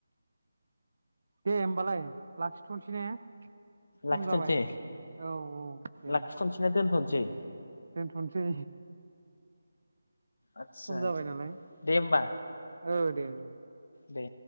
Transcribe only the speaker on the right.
दे होमबालाय लाखिथ'नोसै ने सम
जाबाय औ औ दे
दोनथ'नोसै
खम जाबाय नालाय
औ दे दे